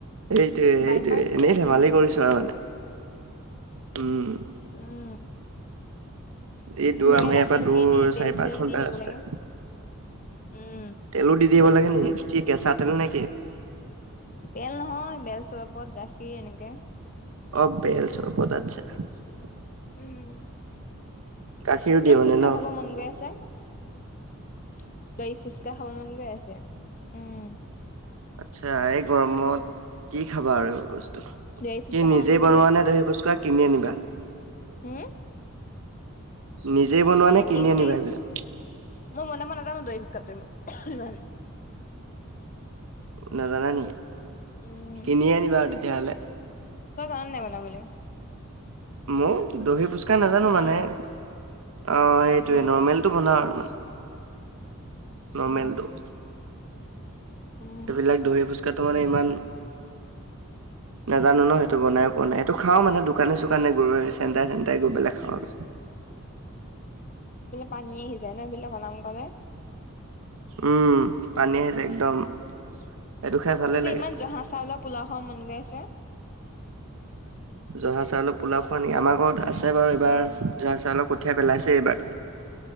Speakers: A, on the right (about 70°); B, on the left (about 35°).
A: এইটোয়ে -এইটোয়ে
B: বাইপাছ দি
A: এনেই
B: হৈ
A: ধেমালি
B: উম
A: কৰিছো আৰু মানে। উম
B: উম
A: যি
B: ধুনীয়াকে
A: দূৰ আমাৰ ইয়াৰ
B: গাখীৰ
A: পৰা
B: চাখীৰ
A: দূৰ
B: দি
A: চাৰি
B: বেল
A: পাঁচ
B: চেল
A: ঘন্টা
B: দি হেৰি
A: ৰাস্তা।
B: কৰিব লাগে উম
A: তেলো দি দিব লাগে নেকি কি কেঁচা তেল নে কি?
B: বেল নহয় বেল চৰবত গাখীৰ এনেকে
A: অহ, বেল চৰবত আটচ্ছা।
B: উম, <inaudible>
A: গাখীৰো
B: ইমান
A: দিয়ে মানে
B: ফোচকাহ
A: ন
B: খাব মন গৈ আছে। <inaudible> দহী ফুচকা খাব মন গৈ আছে উম।
A: আচ্ছা এক গৰমত কি খাবা আৰু বস্তু
B: দহি ফুচকা
A: নিজে
B: খাব মন
A: বনোৱা নে দহি পুস্কা কিনি আনিবা?
B: হম?
A: নিজেই বনোৱা নে কিনি
B: ইজি
A: আনিবা এইবিলাক?
B: মই বনাব নাজানো দহি পুষ্কাটো ইমান
A: নাজানা নিকি,
B: উম
A: কিনি আনিবা তেতিয়াহলে।
B: তই জান নে নাই বনাবলে?
A: মোও দহি পুষ্কা নাজানো মানে
B: অ
A: অহ, সেইটোৱেই
B: উম
A: নৰ্মেলটো বনাও আৰু মানে। নৰ্মেলটো
B: অ
A: <inaudible>
B: উম
A: এইবিলাক দহি ফুচ কাটু মানে ইমান নাজানো ন' সেইটো বনায়ো পোৱা নাই সেইটো খাওঁ মানে দোকানে চো চোকানে গৈ চেন্টাৰে -চেন্টাৰে গৈ পেলাই খাওঁ আৰু।
B: পানীয়ে আহি যায় ন' এইবিলাকৰ নাম ক'লে।
A: উম, পানী আহিছে একদম। সেইটো খাই ভালে
B: মোৰ যে,
A: লাগে
B: ইমান জহা চাউলৰ পোলাও খাব মন গৈ আছে্
A: জহা চাউলৰ পোলাও? আমাৰ ঘৰত আছে বাৰু এইবাৰ
B: উম
A: জহা চাউলৰ কঠীয়া পেলাইছে এইবাৰ।